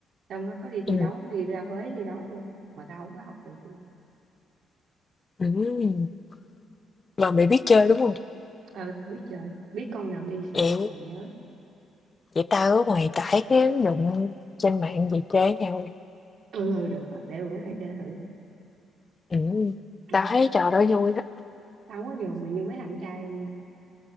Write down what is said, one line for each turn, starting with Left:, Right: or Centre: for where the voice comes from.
Right: trong nó có đi thi
Left: Ừ.
Right: đấu đi ra Huế thi đấu luôn mà tao không có học cờ vua
Left: Ừ. Mà mày biết chơi đúng không?
Right: ừ tao biết chơi biết con nào đi sao
Left: Vậy
Right: còn nhớ
Left: Vậy tao ở ngoài tải cái ứng dụng trên mạng về chơi với nhau.
Right: ừ ừ, được á để bữa nào chơi thử
Left: Ừ.
Right: ừ.
Left: Tao thấy trò đó vui á.
Right: tao không có giường mà như mấy thằng trai đâu nha